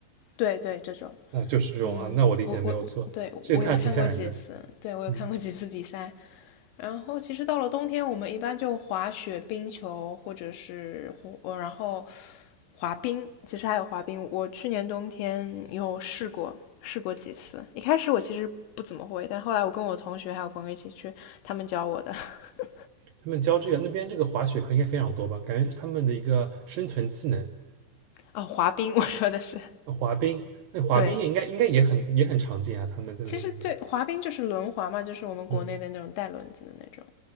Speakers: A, on the left; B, on the right.
A: 对对这种，
B: 啊，就是这种啊。
A: 嗯，
B: 那我理解的没有错，
A: 我我对我有看过几次，
B: 这个看着挺吓人的。
A: 对我有看过几次比赛，
B: 嗯，
A: 然后其实到了冬天，我们一般就滑雪、冰球，或者是呃，然后滑冰。其实还有滑冰，我去年冬天有试过，试过几次。一开始我其实不怎么会，但后来我跟我同学还有朋友一起去，他们教我的。<laughs>
B: 他们教这个那边这个滑雪课应该非常多吧？感觉是他们的一个生存技能。
A: 啊、哦，滑冰，我说的是
B: 啊滑冰，那滑冰也应该应该也很也很常见啊，
A: 对。
B: 他们在那边。
A: 其实最滑冰就是轮滑嘛，就是我们国内的那种带轮子的那种。
B: 嗯，